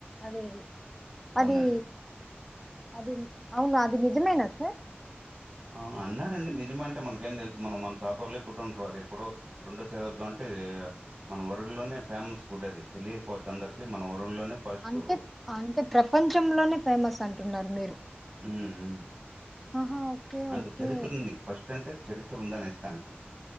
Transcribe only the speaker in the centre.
అదే అది
అది అది అవును అది నిజమేన సార్
అంటే అంటే ప్రపంచంలోనే ఫేమస్ అంటున్నారు మీరు.
ఆహా ఓకే
ఓకే